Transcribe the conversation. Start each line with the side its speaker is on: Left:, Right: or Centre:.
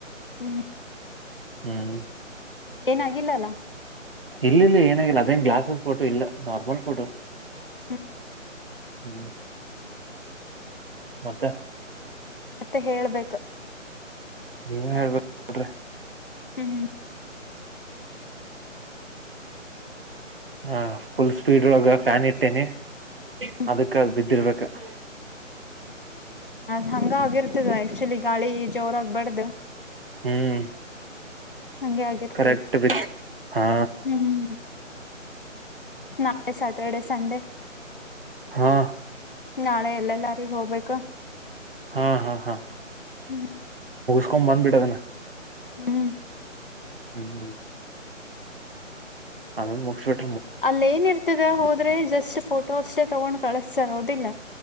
Left: ಹ್ಮ್
Right: ಹ್ಮ್
Left: ಏನಾಗಿಲ್ಲಲ್ಲ
Right: ಇಲ್ಲಿಂದ ಏನಾಗಿಲ್ಲ ಅದೇ ಗ್ಲಾಸ್ಸ್ ಫೋಟೋ ಇಲ್ಲ ನಾರ್ಮಲ್ ಫೋಟೋ
Left: ಹ್ಮ್
Right: ಹ್ಮ್ ಮತ್ತೆ <inaudible>
Left: ಮತ್ತೆ ಹೇಳ್ಬೇಕ
Right: ನೀ ಹಳ್ಬೇಕ್ರ
Left: ಹ್ಮ್ ಹ್ಮ್
Right: ಹ ಫುಲ್ ಸ್ಪೀಡ್ ಒಳಗ ಫ್ಯಾನ್ ಇಟ್ಟೇನೆ
Left: ಹ್ಮ್
Right: ಅದಕ್ಕ ಅದು ಬಿದ್ದಿರ್ಬೇಕಕ್ಕ
Left: ಅದ್ ಹಂಗ ಆಗಿರ್ತದ ಆಕ್ಚುಲಿ ಗಾಳಿ ಜೋರಾಗಬಾರ್ದ
Right: ಹ್ಮ್
Left: ಹಗೆ ಆಗಿರ್ತದೆ
Right: ಕರೆಕ್ಟ್ ಬಿತ್ ಹಾ
Left: ಹ್ಮ್ ನಾಳೆ ಸ್ಯಾಟರ್ಡೆ ಸಂಂಡೇ
Right: ಹಾ
Left: ನಾಳೆ ಎಲ್ಲೆಲ್ಲಾರಗ ಹೋಗ್ಬೇಕು
Right: ಹಾ ಹಾ ಹಾ
Left: ಹ್ಮ್
Right: ಕಕೊ ಬ್ಬಿಟ್ಟದ
Left: ಹ್ಮ್
Right: ಹ್ಮ್ ಹ್ಮ್ ಅದು ಮುಗಿಸಬಿಟ್ಟು
Left: ಅಲ್ಲ ಏನ್ ಇರ್ತದ ಹೋದ್ರೆ ಜಸ್ಟ್ ಫೋಟೋ ಅಷ್ಟೇ ತಗೊಂಡ್ ಕಳಸ್ತರೋದಿಲ್ಲ